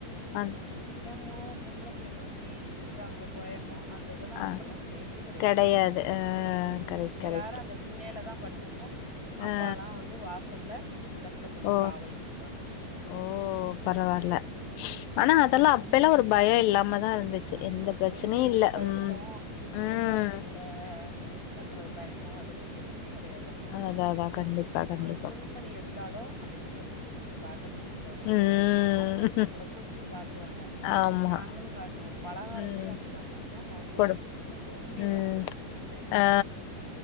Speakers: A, on the left; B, on the left.
A: அ
B: ஆம் பொம்பள பிள்ளைங்க எப்படி இருக்காங்கள கோயமோ அந்த இதெல்லாம்
A: ஆ
B: அப்பெல்லாம் கெடையவே கிடையாது
A: கெடையாது ஆ
B: உம்
A: கரெக்ட்
B: எல்லாரும்
A: கரெக்ட்
B: அந்த திண்ணல தான் படுத்திருப்போம் அப்ப
A: ஆ
B: எல்லாம் வந்து வாசல்ல கட்ல போட்டு
A: ஓ
B: காவலுக்கு இருப்பாங்க
A: ஓஹ் பரவால்ல
B: ம்
A: ஆனா அதெல்லாம் அப்பல்லா
B: எந்த
A: ஒரு பயம் இல்லாம தான் இருந்துச்சு
B: ஆமா
A: எந்த பிரச்சனையும்
B: ஒரு திருட்டு
A: இல்லை
B: பயமோ
A: உம் உம்
B: பொம்பள புள்ளைங்கள இது பண்ற பயமோ அதெல்லாம் எதுவுமே கிடையாதுப்போ
A: அதா அதா கண்டிப்பா கண்டிப்பா
B: ஒரு துணிமணி எடுத்தாலோ அந்த இருபது வீட்டுக்கு எடுத்துன்போய் காட் <unintelligible> தீபாவளிக்கு
A: ம்
B: அவங்களும் நம்மளை கூப்பிட்டு காட்டுவாங்க
A: ஆமா
B: நாங்களும் காட்னோம் பலகாரம்
A: ம்
B: போய் அப்படித்தான் குடுப்போம் அவங்களும்
A: கொடுப்போ
B: வந்து குடுப்பாங்க ரொம்பிரும்
A: ம்
B: அந்த வீட்ல <unintelligible>
A: ஆ
B: ரொம்பிரும்